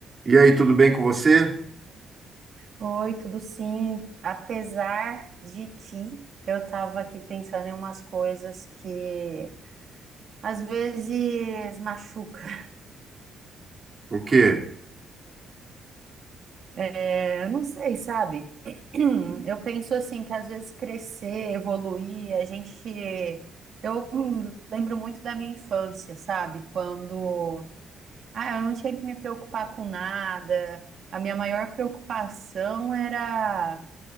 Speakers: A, on the right (about 35°); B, on the right (about 55°).
A: E aí, tudo bem com você?
B: Oi, tudo sim. Apesar de que eu estava aqui pensando em umas coisas que às vezes machuca. <laughs>
A: O quê?
B: É, eu não sei, sabe? <clears throat> Eu penso assim que às vezes crescer, evoluir, a gente. Eu lembro muito da minha infância, sabe? Quando ah, eu não tinha que me preocupar com nada. A minha maior preocupação era